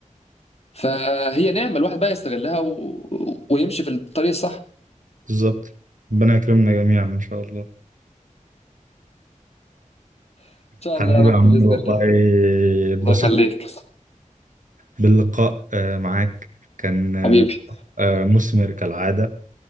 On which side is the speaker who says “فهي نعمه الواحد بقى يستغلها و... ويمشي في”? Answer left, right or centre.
Left